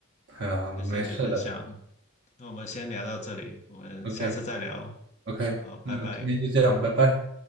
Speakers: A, on the right; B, on the left.
A: 哎呀，没事的。
B: 谢谢你分享，那我们先聊到这里，我们下次再聊。
A: OK OK，
B: 好，拜拜。
A: 那今天就这样，拜拜。